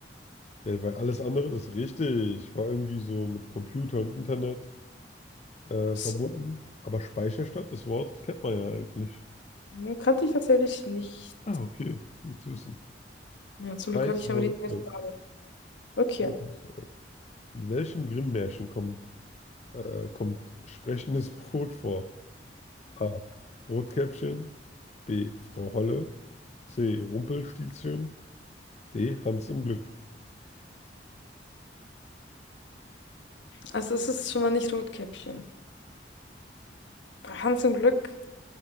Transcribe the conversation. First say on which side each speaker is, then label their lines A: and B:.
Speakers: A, on the left (about 40°); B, on the left (about 85°).
A: Ja, weil alles andere, das ist richtig, war irgendwie so mit Computer und Internet äh,
B: ist.
A: verbunden. Aber Speicherstadt, das Wort kennt man ja eigentlich.
B: Ja, kannte ich tatsächlich nicht.
A: Ah, okay, gut zu wissen.
B: Ja, zum Glück
A: 3000
B: hatte ich aber die
A: Euro.
B: Frage. Okay,
A: 2000 Euro. In welchen Grimm-Märchen kommen äh, kommt sprechendes <laughs> Brot vor? A. Rotkäppchen. B. Frau Holle. C. Rumpelstilzchen. D. Hans im Glück.
B: also es ist schon mal nicht Rotkäppchen. Bei Hans im Glück,